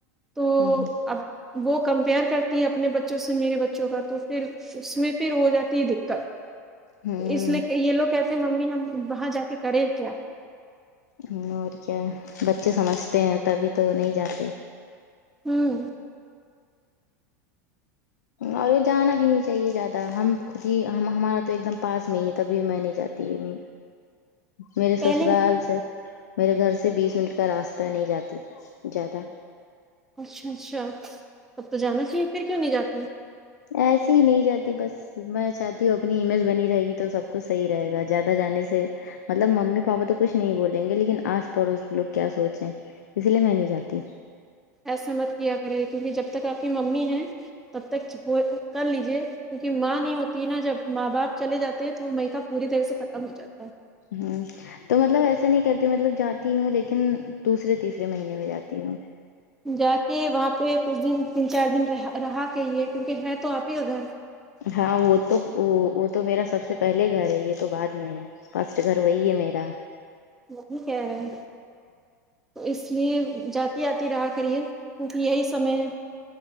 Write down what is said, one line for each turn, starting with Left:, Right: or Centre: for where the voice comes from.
Centre: تو
Left: ہوں
Centre: اب وہ کمپیئر کرتی ہیں اپنے بچوں سے میرے بچوں کا تو پھر اس میں پھر ہو جاتی ہے دقت
Left: ہوں
Centre: تو اس لیے کہ یہ لوگ کہتے ہیں ممی ہم وہاں جا کے کرے کیا
Left: ہوں اور کیا بچے سمجھتے ہیں تبھی تو نہیں جاتے
Centre: ہوں
Left: اور جانا بھی نہیں چاہیے زیادہ ہم خود ہی ہم ہمارا تو ایک دم پاس میں ہی ہے تبھی میں نہیں جات تی می میرے
Centre: پہلے
Left: سسرال سے میرے گھر سے بیس منٹ کا راستہ نہیں جاتی زیادہ
Centre: اچھا اچھا تب تو جانا چاہیے پھر کیوں نہیں جاتی
Left: ایسے ہی نہیں جاتی بس میں چاہتی ہوں اپنی امیج بنی رہے گی تو سب کچھ صحیح رہے گا زیادہ جانے سے مطلب ممی پاپا تو کچھ نہیں بولیں گے لیکن آس پڑوس لوگ کیا سوچیں اسی لیے میں نہیں جاتی
Centre: ایسا مت کیا کرے کیونکہ جب تک آپ کی ممی ہیں تب تک وہ کر لیجے کیونکہ ماں نہیں ہوتی ہے نا جب ماں باپ چلے جاتے ہیں تو وہ میکا پوری طرح سے ختم ہو جاتا ہے
Left: ہوں تو مطلب ایسا نہیں کرتی مطلب جاتی ہوں لیکن دوسرےتیسرے مہینے میں جاتی ہوں
Centre: جا کے وہاں پہ کچھ دن تین چار دن رہ رہا کہی یہ کیونکہ ہے تو آپ ہی کا گھر
Left: ہاں وہ تو وہ تو میرا سب سے پہلے گھر ہے یہ تو بعد میں ہے فرسٹ گھر وہی ہے میرا
Centre: وہی کہہ رہے ہیں تو اس لیے ج جاتی آتی رہا کریے کیونکہ یہی سمےہے